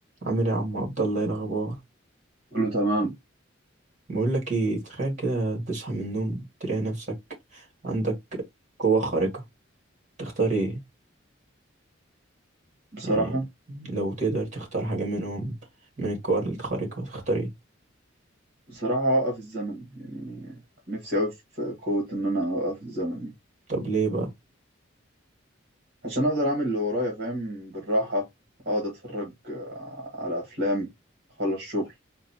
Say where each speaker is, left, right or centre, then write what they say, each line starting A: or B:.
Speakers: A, on the right (about 40°); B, on the right (about 55°).
A: عامل ايه يا عم عبد الله ايه الاخبار
B: كله تمام
A: بقول لك ايه تخيل كده تصحى من النوم تلاقي نفسك عندك قوة خارقة تختار ايه
B: بصراحة
A: يعني لو تقدر تختار حاجة منهم من القوى الخارقة تختار ايه
B: بصراحة أوقف الزمن يعني نفسي أوي في قوة إن أنا أوقف الزمن دي
A: طب ليه بقى
B: عشان أقدر أعمل اللي ورايا فاهم بالراحة أقعد أتفرج آه، على أفلام أخلص شغل